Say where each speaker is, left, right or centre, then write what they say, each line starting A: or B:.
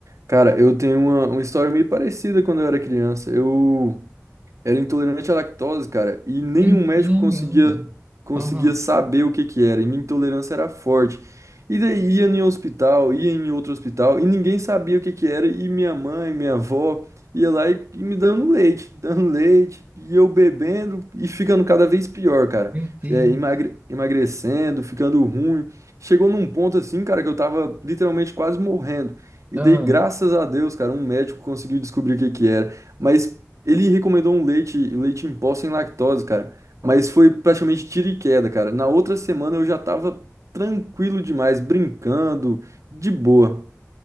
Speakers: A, on the right; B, on the right.
A: Cara, eu tenho uma, uma história meio parecida quando eu era criança. Eu, era intolerante à lactose, cara, e nenhum
B: Me-
A: médico
B: Caramba.
A: conseguia conseguia
B: Aham,
A: saber o que que era. E minha intolerância era forte. E daí ia em hospital, ia em outro hospital e ninguém sabia o que que era. E minha mãe, minha avó ia lá e, e me dando leite, <laughs> dando leite, e eu bebendo e ficando cada vez pior, cara.
B: meu Deus.
A: É, emagre- emagrecendo, ficando ruim. Chegou num ponto assim, cara, que eu tava literalmente quase morrendo. E
B: Ah.
A: daí, graças a Deus, cara, um médico conseguiu descobrir o que que era. Mas ele recomendou um leite, leite em pó sem lactose, cara. Mas foi praticamente tiro e queda, cara. Na outra semana eu já tava tranquilo demais, brincando, de boa.